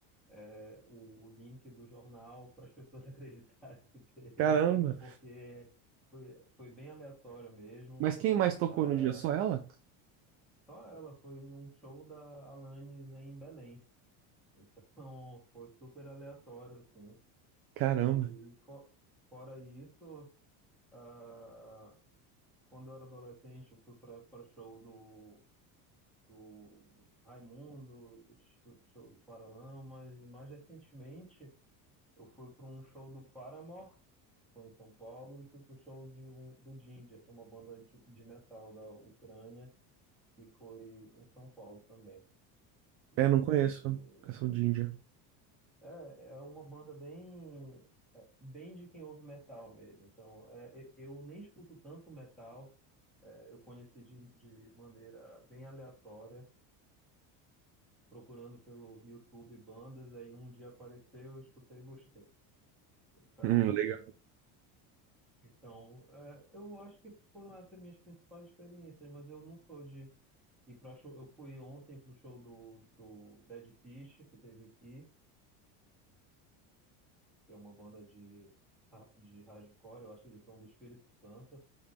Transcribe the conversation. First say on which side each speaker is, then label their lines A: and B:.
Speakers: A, in the centre; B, on the right.
A: é, o link do jornal para as pessoas <laughs> acreditarem que teve,
B: caramba.
A: porque foi, foi bem aleatório mesmo.
B: Mas quem mais tocou
A: Ah,
B: no dia? Só ela?
A: só ela foi um show da Alanis em Belém. Então <laughs> foi super aleatório, assim.
B: Caramba.
A: E fo- fora isso, ah, quando eu era adolescente, eu fui para show do, do Raimundos, fui pro show do Paralamas, e mais recentemente eu fui para um show do Paramore, foi em São Paulo e fui pro show de um, do Ginger, que é uma banda de, de metal da Ucrânia, e foi em São Paulo também. E
B: É, não conheço. Canção de Índia.
A: é, é uma banda bem é, bem de quem ouve metal mesmo. Então, é, e- eu nem escuto tanto metal, é, eu conheci de, de maneira bem aleatória, procurando pelo YouTube bandas, aí um dia apareceu, eu escutei e gostei. Então,
B: Hum, legal.
A: então é, eu acho que foram essas minhas principais experiências, mas eu não sou de E pra show, eu fui ontem pro show do, do Dead Fish, que teve aqui, que é uma banda de, ra- de hardcore, eu acho que eles são do Espírito Santo,